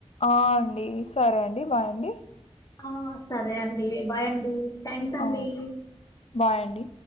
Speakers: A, on the left (about 65°); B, on the left (about 30°).
A: ఆ అండి సరే అండి బాయండి
B: ఆ సరే అండి బాయ్ అండి థ్యాంక్స్ అండి
A: ఆ బాయండి